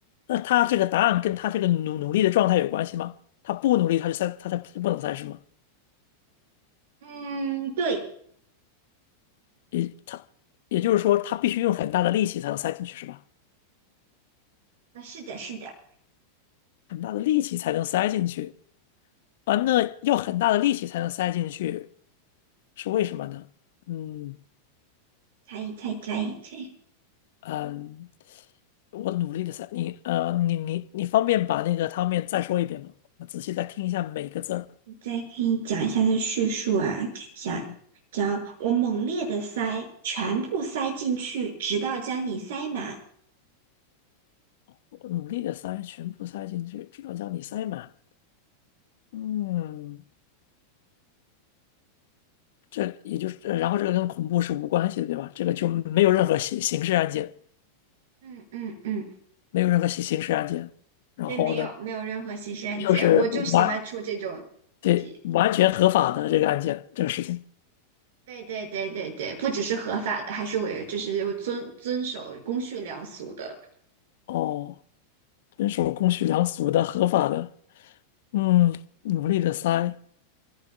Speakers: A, on the left (about 55°); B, on the right (about 55°).
A: 那他这个答案跟他这个努努力的状态有关系吗？他不努力，他就塞，他才不能塞是吗？
B: 嗯，对，
A: 也它也就是说，它必须用很大的力气才能塞进去，是吧？
B: 呃，是的，是的，
A: 很大的力气才能塞进去啊，那要很大的力气才能塞进去，是为什么呢？嗯
B: 猜一猜，猜一猜，
A: 嗯，我努力的塞，你呃，你你你方便把那个汤面再说一遍吗？我仔细再听一下每个字儿。
B: 再给你讲一下它的叙述啊，等一下，
A: 嗯，
B: 只要我猛烈的塞，全部塞进去，直到将你塞满。
A: 我努力的塞，全部塞进去，直到将你塞满。嗯，这也就是，呃然后这个跟恐怖是无关系的，对吧？这个就没有任何刑刑事案件，
B: 嗯嗯嗯，
A: 没有任何刑刑事案件。然后呢？
B: 对，没有没有任何刑事案件，
A: 就是完，
B: 我就喜欢出这种
A: 对，
B: 题。
A: 完全合法的这个案件，这个事情。
B: 对对对对对，不只是合法的，还是我就是遵遵守公序良俗的。
A: 哦，遵守公序良俗的合法的，嗯，努力的塞。